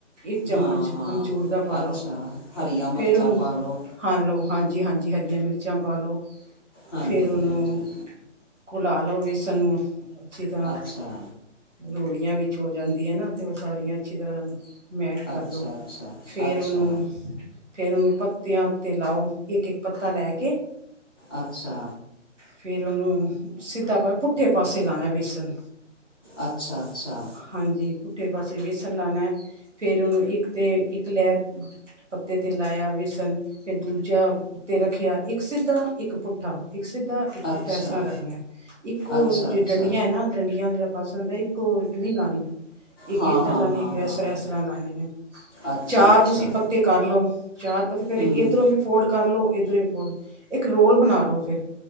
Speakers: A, on the right; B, on the left.
A: ਇੱਕ ਚਮਚ
B: ਹਾਂ ਹਾਂ
A: ਅਮਚੂੂਰ ਦਾ ਪਾ
B: ਅੱਛਾ
A: ਲੋ
B: ਹਰੀਆਂ ਮਿਰਚਾਂ
A: ਫਿਰ ਉਹਨੂੰ
B: ਪਾ ਲਓ
A: ਹਾਂ ਲਓ ਹਾਂਜੀ ਹਾਂਜੀ ਹਰੀਆਂ ਮਿਰਚਾਂ ਪਾ ਲਓ
B: ਹਾਂਜੀ
A: ਫਿਰ ਉਹਨੂੰ
B: ਹਾਂਜੀ
A: ਘੁਲਾ ਲਓ ਵੇਸਣ ਨੂੰ ਅੱਛੀ ਤਰ੍ਹਾਂ
B: ਅੱਛਾ
A: ਲੋਹੜੀਆਂ ਵਿੱਚ ਹੋ ਜਾਂਦੀਆਂ ਨਾ ਤੇ ਉਹ ਸਾਰੀਆਂ ਅੱਛੀ ਤਰ੍ਹਾਂ ਮੈਟ ਕਰ
B: ਅੱਛਾ
A: ਲਓ
B: ਅੱਛਾ
A: ਫਿਰ
B: ਅੱਛਾ
A: ਉਹਨੂੰ ਫੇਰ ਉਹਨੂੰ ਪੱਤਿਆਂ ਤੇ ਲਾਓ ਇੱਕ ਇੱਕ ਪੱਤਾ ਲੈ ਕੇ
B: ਅੱਛਾ
A: ਫਿਰ ਉਹਨੂੰ ਸਿੱਧਾ ਭਵੇ ਪੁੱਠੇ ਪਾਸੇ ਲਾਉਣੇ ਬੇਸਣ
B: ਅੱਛਾ ਅੱਛਾ
A: ਹਾਂਜੀ ਪੁੱਠੇ ਪਾਸੇ ਵੀ ਵੇਸਣ ਨਾਲ ਫੇਰ ਉਹਨੂੰ ਇੱਕ ਤੇ ਇੱਕ ਲਹਿਰ ਪੱਤੇ ਤੇ ਲਾਇਆ ਹੋਏ ਵੇਸਣ ਫਿਰ ਦੂਜਾ ਉੱਤੇ ਰੱਖਿਆ ਇੱਕ ਸਿੱਧਾ ਇੱਕ ਪੁੱਠਾ ਇੱਕ ਸਿੱਧਾ ਇੱਕ
B: ਅੱਛਾ
A: ਪੁੱਠਾ ਇਸ ਤਰ੍ਹਾਂ ਰੱਖਣਾ ਇੱਕੋ
B: ਅੱਛਾ
A: ਜੇ
B: ਅੱਛਾ
A: ਡੰਡੀਆਂ ਹੈ ਨਾ ਡੰਡੀਆਂ ਜਿਹੜਾ ਪਾਸੇ ਹੁੰਦਾ ਇੱਕੋ ਨੀ ਲਾਉਣੀ ਆ ਇੱਕ
B: ਹਾਂ
A: ਇੱਧਰ
B: ਹਾਂ
A: ਲਾਉਣੀ
B: ਹਾਂ
A: ਇੱਕ ਇਸ
B: ਹਾਂ
A: ਤਰ੍ਹਾਂ ਇਸ ਤਰ੍ਹਾਂ ਲਾਣੇ ਨੇ
B: ਅੱਛਾ
A: ਚਾਰ
B: ਅੱਛਾ
A: ਤੁਸੀਂ ਪੱਤੇ ਕਰ ਲਓ ਚਾਰ ਪੱਤੇ ਫ਼ਿਰ
B: ਹੂੰ
A: ਇਧਰੋਂ ਵੀ ਫੋਲਡ। ਕਰ ਲਓ ਇੱਧਰੋਂ ਵੀ ਫੋਲਡ ਬਣਾ ਲਓ ਫਿਰ